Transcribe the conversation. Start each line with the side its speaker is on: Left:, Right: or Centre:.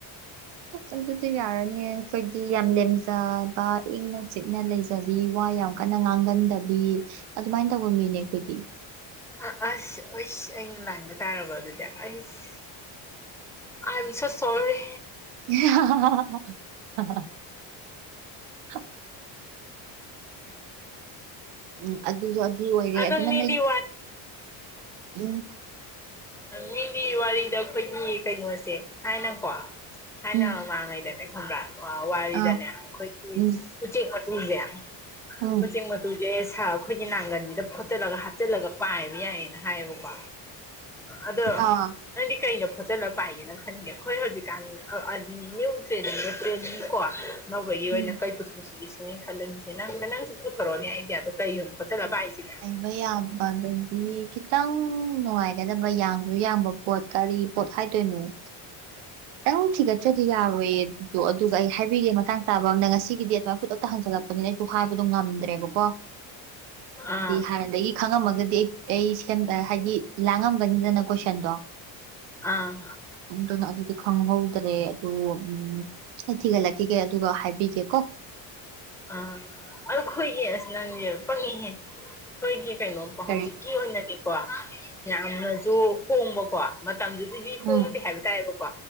Right: ꯑꯗꯨꯗ ꯌꯥꯔꯅꯤ ꯑꯩꯈꯣꯏꯗꯤ ꯌꯥꯝ ꯂꯦꯝꯖꯕ ꯏꯪꯅ ꯆꯤꯛꯅ ꯂꯩꯖꯩ ꯐꯖꯕꯤ ꯋꯥ ꯌꯥꯝ ꯀꯟꯅ ꯉꯥꯡꯒꯟꯗꯕꯤ ꯑꯗꯨꯃꯥꯏꯅ ꯇꯧꯕ ꯃꯤꯅꯦ ꯑꯩꯈꯣꯏꯗꯤ
Centre: ꯑ ꯑꯁ ꯑꯣꯁ ꯏꯥꯟꯕ ꯇꯥꯒꯗꯗ ꯑꯁ ꯑꯟꯁꯨ ꯁꯣꯔꯤ
Right: <unintelligible> ꯍ ꯎ ꯑꯗꯨꯁꯨ ꯑꯗꯨ ꯑꯣꯏꯔꯦ
Centre: ꯑꯗꯣ
Right: ꯑꯗꯨ ꯅꯪ
Centre: ꯃꯤꯗꯤ
Right: ꯎꯝ
Centre: ꯃꯤꯒꯤ ꯋꯥꯔꯤꯗ ꯑꯩꯈꯣꯏꯒꯤ ꯀꯩꯅꯣꯁꯦ ꯍꯥꯏꯅꯀꯣ ꯍꯥꯏꯅ
Right: ꯎꯝ
Centre: ꯃꯃꯥꯡꯉꯩꯗꯅꯦ ꯈꯪꯕ꯭ꯔꯥ ꯋꯥꯔꯤꯗꯅꯦ
Right: ꯑꯥ
Centre: ꯑꯩꯈꯣꯏꯒꯤ
Right: ꯎꯝ
Centre: ꯎꯆꯦꯛ ꯃꯁꯦ
Right: ꯎꯝ
Centre: ꯎ ꯎꯆꯦꯛ ꯃ ꯇꯨꯁꯦ ꯁꯥ ꯑꯩꯈꯣꯏꯒꯤ ꯅꯥꯒꯟꯁꯤꯗ ꯐꯣꯠꯆꯜꯂꯒ ꯍꯥꯞꯆꯤꯜꯂꯒ ꯄꯥꯏꯕ ꯌꯥꯏꯌꯦꯅ ꯍꯥꯏꯌꯦꯕꯀꯣ ꯑꯗꯣ
Right: ꯑꯥ
Centre: ꯅꯪꯗꯤ ꯀꯩꯅꯣ ꯐꯣꯠꯆꯜꯂ ꯄꯥꯏꯒꯦꯅ ꯈꯟꯒꯦ ꯑꯩꯈꯣꯏ ꯍꯧꯖꯤꯛꯀꯥꯟ ꯅꯨ ꯇ꯭ꯔꯦ ꯇ꯭ꯔꯦ ꯗꯤ ꯀꯣ ꯅꯧꯕꯒꯤ ꯑꯣꯏꯅ
Right: ꯎꯝ
Centre: ꯀꯩ ꯄꯨꯊꯣꯛꯆꯏꯁꯤꯅꯦꯅ ꯈꯜꯂꯝꯃꯤꯁꯦ ꯅꯪ ꯅꯪꯁꯨ ꯄꯨꯊꯣꯔꯛꯑꯣꯅꯦ ꯑꯥꯏꯗꯤꯌꯥꯗꯣ ꯀꯩ ꯌꯣꯟ ꯐꯣꯠꯆꯤꯟꯂꯥ ꯄꯥꯏꯁꯒꯦ
Right: ꯃꯌꯥꯝ ꯄꯥꯟꯕ ꯑꯗꯨꯗꯤ ꯈꯤꯇꯪ ꯅꯨꯡꯉꯥꯏꯒꯗꯕ ꯌꯥꯡꯁꯨ ꯌꯥꯡꯕ ꯄꯣꯠ ꯀꯥꯔꯤ ꯄꯣꯠ ꯍꯥꯏꯇꯣꯏꯅꯣꯏ ꯈꯤꯇꯪ ꯊꯤꯒꯠꯆ꯭ꯔꯗꯤ ꯌꯥꯔꯣꯏꯦꯗꯣ ꯑꯗꯨꯒ ꯑꯩ ꯍꯥꯏꯕꯤꯒꯦ ꯃꯇꯥꯡ ꯆꯥꯕ ꯑꯝꯗ ꯉꯁꯤꯒꯤ ꯑꯗꯨꯃꯥꯏꯅꯥ ꯈꯨꯗꯛꯇ ꯍꯪꯖꯜꯂꯛꯄ ꯅꯤꯅ ꯑꯩꯁꯨ ꯍꯥꯏꯕꯗꯣ ꯉꯝꯗ꯭ꯔꯦꯕꯀꯣ ꯍꯥꯏꯗꯤ
Centre: ꯑꯥ
Right: ꯍꯥꯟꯅꯗꯒꯤ ꯈꯪꯉꯝꯃꯒꯗꯤ ꯑꯩ ꯑꯩ ꯍꯥꯏꯗꯤ ꯂꯥꯡꯉꯝꯒꯅꯤꯗꯅ ꯀꯣꯏꯁꯟꯗꯣ
Centre: ꯑꯥ
Right: ꯎꯗꯅꯗꯤ <unintelligible> ꯈꯪꯍꯧꯗꯔꯦ ꯑꯗꯨ ꯎꯝ ꯑꯩ ꯊꯤꯒꯠꯂꯛꯈꯤꯒꯦ ꯑꯗꯨꯒ ꯍꯥꯏꯕꯤꯒꯦ ꯀꯣ
Centre: ꯑꯥ ꯑꯗ ꯈꯣꯏꯒꯤ ꯑꯁ ꯅꯪꯁꯦ ꯄꯪꯏꯍꯦ꫰ꯈꯣꯏꯒꯤ ꯀꯩꯅꯣ
Right: ꯀꯔꯤ
Centre: ꯍꯧꯖꯤꯛꯀꯤ ꯑꯣꯏꯅꯗꯤꯀꯣ ꯌꯥꯝꯅꯁꯨ ꯍꯣꯡꯕꯀꯣ ꯃꯇꯝꯗꯨꯗꯗꯤ ꯍꯣꯡꯗꯦ
Right: ꯎꯝ
Centre: ꯍꯥꯏꯕ ꯇꯥꯔꯦꯕꯣ ꯀꯣ